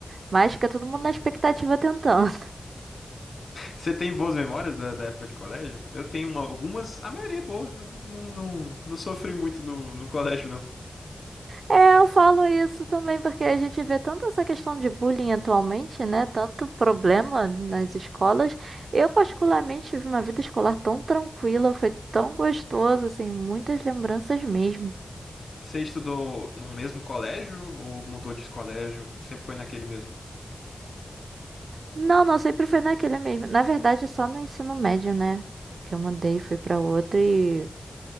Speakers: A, on the right; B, on the left.
A: Mas fica todo mundo na expectativa tentando.
B: Você tem boas memórias da, da época de colégio? Eu tenho uma- algumas, a maioria é boa. Eu não, não, não, não sofri muito no, no colégio, não.
A: É, eu falo isso também porque a gente vê tanto essa questão de bullying atualmente, né? Tanto problema nas escolas. Eu, particularmente, tive uma vida escolar tão tranquila, foi tão gostoso, assim, muitas lembranças mesmo.
B: Você estudou num mesmo colégio ou mudou de colégio? Sempre foi naquele mesmo?
A: Não, não, sempre foi naquele mesmo. Na verdade, só no ensino médio, né? Que eu mudei, fui pra outra e